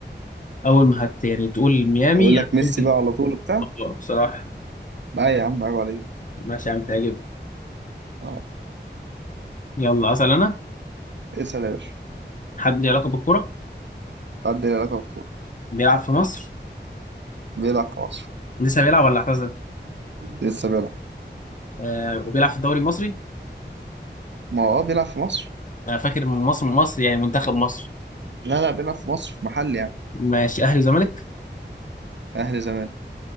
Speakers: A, on the left; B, on the right.
A: اول ما هت يعني تقول ميامي
B: اقول لك
A: هتقول
B: ميسي
A: دي
B: بقى على طول وبتاع
A: اه بصراحه
B: لا يا عم عيب عليك
A: ماشي يا عم تعجب
B: اه
A: يلا اسال انا
B: اسأل يا باشا
A: حد ليه علاقه بالكوره
B: حد له علاقة بالكورة
A: بيلعب في مصر
B: بيلعب في مصر
A: لسه بيلعب ولا اعتزل
B: لسه بيلعب
A: آه وبيلعب في الدوري المصري
B: ما هو اه بيلعب في مصر
A: انا فاكر من مصر من مصر يعني منتخب مصر
B: لا لا بيلعب في مصر في محل يعني
A: ماشي اهلي وزمالك
B: اهلي زمان